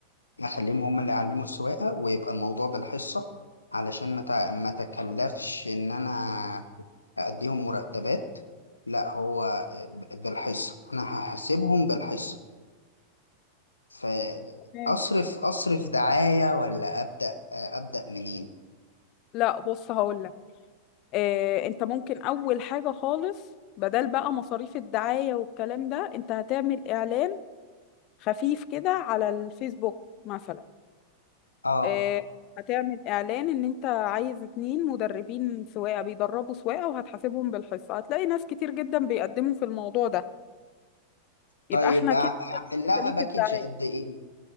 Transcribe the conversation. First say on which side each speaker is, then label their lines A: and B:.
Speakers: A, on the left; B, on the left.
A: اخليهم هم اللي يعلموا السواقه ويبقى الموضوع بالحصه علشان ما تع- ما تكلفش ان انا هأديهم مرتبات لا هو بالحصة أنا هحاسبهم بالحصة فأصرف
B: ماشي.
A: أصرف دعاية ولا أبدأ أبدأ منين؟
B: لا بص هقولك آه، انت ممكن اول حاجة خالص بدل بقى مصاريف الدعاية والكلام ده انت هتعمل اعلان خفيف كده على الفيسبوك مثلا
A: آه
B: آه، هتعمل اعلان ان انت عايز اتنين مدربين سواقة بيدربوا سواقة وهتحاسبهم بالحصة هتلاقي ناس كتير جدا بيقدموا في الموضوع ده
A: طيب
B: يبقى احنا
A: أع- أعمل
B: كده شلنا تكاليف
A: لها باكج
B: الدعاية
A: قد إيه؟